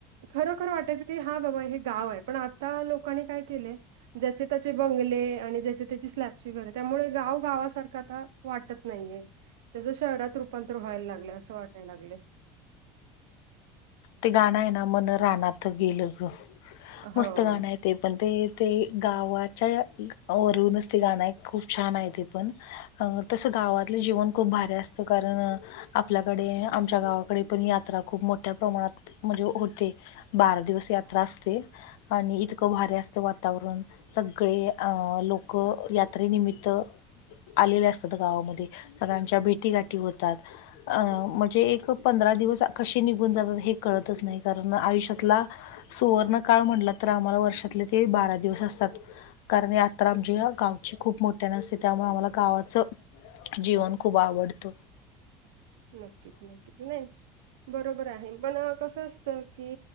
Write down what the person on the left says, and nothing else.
ते गाणं आहे ना. मन रानाात गेल ग. मस्त
गाणं आहेत. ते पण ते ते गावाच्या वरूनच ते गाणं आहे खूप छान आहे ते पण. अ तस गावातलं जीवन खूप भारी असत. कारण आपल्याकडे आमच्या गावा इकडे पण यात्रा खूप मोठ्या प्रमाणात म्हणजे होते. बारा दिवस यात्रा असते. आणि इतक भारी असत वातावरण. सगळे अं लोक यात्रेनिमित्त आलेले असतात गावामध्ये. सगळ्यांच्या भेटी गाठी होतात. अ म्हणजे एक पंधरा दिवस कशी निघून जातात हे कळतच नाही. कारण आयुष्यातला सुवर्ण काळ म्हटला तर आम्हाला वर्षातले ते बारा दिवस असतात. कारण यात्रा आमची गावची खूप मोठ्यान असते. त्यामुळे आम्हाला गावाच जीवन खूप आवडत.